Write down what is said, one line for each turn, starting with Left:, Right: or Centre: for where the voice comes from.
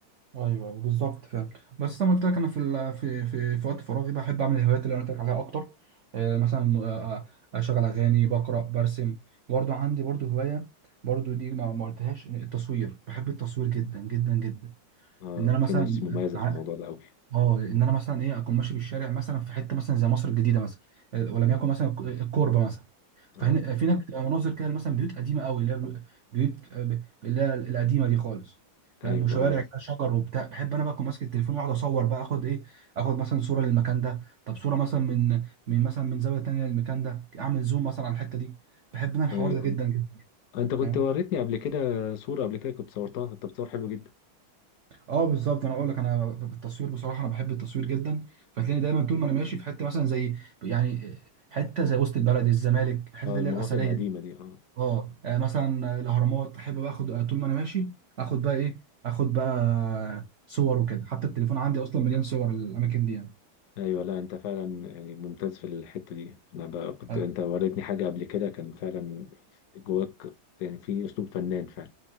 Right: ايوه بالظبط فعلا بس انا قلت لك انا في ال- في في في وقت فراغي بحب اعمل الهوايات اللي انا قلت لك عليها اكتر آه، مثلا آه، آه، اشغل اغاني بقرا برسم برضو عندي برضو هوايه برضو دي ما ما قلتهاش إن التصوير بحب التصوير جدا جدا جدا
Left: اه
Right: ان انا مثلا
Left: في ناس مميزه
Right: ع-
Left: في الموضوع ده قوي
Right: اه ان انا مثلا ايه اكون ماشي بالشارع مثلا في حته مثلا زي مصر الجديده مثلا آه، ولم
Left: ايوه
Right: يكن مثلا الك- الكوربه مثلا فهنا
Left: اه
Right: في هناك بتبقى مناظر كده مثلا بيوت قديمه قوي اللي هي بيوت آه، ب- اللي هي القديمه دي خالص فاهم
Left: ايوه
Right: وشوارع
Left: اه
Right: كده شجر وبتاع بحب انا بقى اكون ماسك التليفون واقعد اصور بقى اخد ايه اخد مثلا صوره للمكان ده طب صوره مثلا من من مثلا من زاويه تانيه للمكان ده اعمل زوم مثلا على الحته دي بحب انا الحوار
Left: ايوه
Right: ده جدا جدا
Left: اه انت كنت
Right: فاهم
Left: وريتني قبل كده صوره قبل كده كنت صورتها انت بتصور حلو جدا
Right: اه بالظبط انا اقول لك انا ب- بالتصوير بصراحه انا بحب التصوير جدا فتلاقيني دايما طول ما انا ماشي في حته مثلا زي يعني حته زي وسط البلد الزمالك الحته
Left: اه
Right: اللي
Left: المناطق
Right: هي الاثريه
Left: القديمه
Right: دي
Left: دي اه
Right: اه آه، مثلا الاهرامات احب بقى اخد آه، طول ما انا ماشي اخد بقى ايه اخد بقى صور وكده حتى التليفون عندي اصلا مليان صور الاماكن دي يعني
Left: ايوه لا انت فعلا يعني ممتاز في الحته دي انا بقى كنت
Right: آه،
Left: انت وريتني حاجه قبل كده كان فعلا جواك يعني في اسلوب فنان فعلا